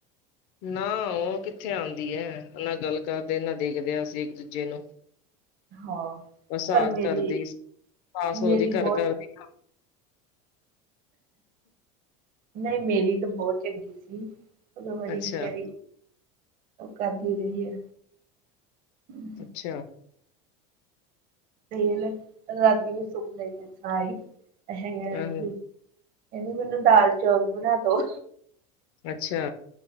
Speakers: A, on the left; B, on the right.
A: ਨਾ ਉਹ ਕਿੱਥੇ ਆਉਂਦੀ ਹੈ ਨਾ ਗੱਲ ਕਰਦੇ ਨਾ ਦੇਖਦੇ ਆ ਅਸੀਂ ਇੱਕ ਦੂਜੇ ਨੂੰ।
B: ਹਾਂ
A: ਬਸ
B: ਪਰ
A: ਆਸ
B: ਮੇਰੀ
A: ਕਰਦੀ ਆਸ ਉਹਦੀ
B: ਮੇਰੀ
A: ਕਰ
B: ਬਹੁਤ
A: ਕਰਦੀ
B: ਚੰਗੀ। ਸੀ ਨਹੀਂ, ਮੇਰੀ ਤਾਂ ਬਹੁਤ ਚੰਗੀ ਸੀ। ਉਦੋਂ ਬੜੀ
A: ਅੱਛਾ
B: ਵਿਚਾਰੀ ਉਹ ਕਰਦੀ ਰਹੀ ਆ ਹੂੰ।
A: ਅੱਛਾ
B: ਤੇਲ, ਰਾਤੀ ਵੀ ਸੁੱਕਨ ਕੇ ਸਣਾਈ ਇਹਦੀ
A: ਆਹੋ
B: ਮੈਨੂੰ ਦਾਲ ਚੌਲ ਬਣਾ ਦੋ।
A: ਅੱਛਾ